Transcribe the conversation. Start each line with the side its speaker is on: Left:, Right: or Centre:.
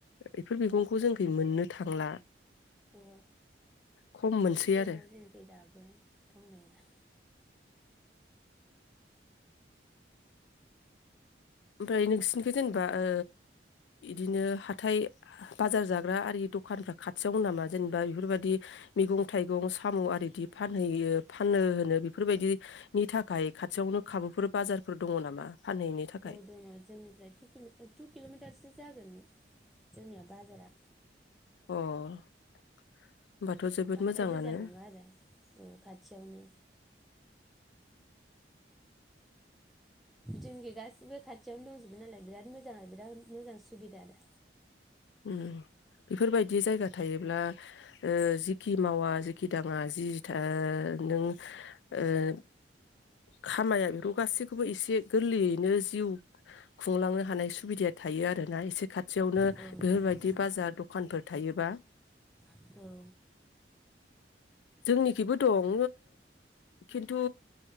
Left: बेफोर मैगंखौ
Centre: औ
Left: जोंनिथिं मोननो थांला
Centre: औ
Left: खम मोनसै
Centre: दङ जोंनिखि
Left: आरो
Centre: दाबो दंनाया।
Left: ओमफ्राय नोंसिनिखौ जेनेबा ओ इदिनो हाथाइ बाजार जाग्रा आरि दखानफ्रा खाथियावनो नामा? जेनेबा बेफोरबायदि मैगं थाइगं साम' आरिदि फानहैयो फाननो होनो बेफोरबायदिनि थाखाय खाथियावनो खाबुफोर बाजारफोर दङ नामा? फानहैनो थाखाय?
Centre: औ दङ जोंनिफ्राय तु तु किल'मिटारसो जागोन जोंनिया बाजारा।
Left: अ'। होमबाथ' जोबोद
Centre: बांद्राय
Left: मोजाङानो
Centre: गोजान नङा आरो औ खाथियावनो। जोंखि गासिबो खाथियावनो दंजोबो नालाय बिराद मोजां आरो बिराद मोजां सुबिदा आरो।
Left: उम बेफोरबायदि जायगा थायोब्ला जिखि मावा जिखि दाङा जि नों ओ खामाया बेखौ गासैखौबो एसे गोरलैयैनो जिउ खुंलांनो हानाय सुबिदाया थायो आरोना एसे खाथि खाथियावनो
Centre: आरो औ
Left: बिदि
Centre: थायो औ
Left: बाजार दखानफोर थायोबा।
Centre: औ
Left: जोंनिखिबो दङ खिन्थु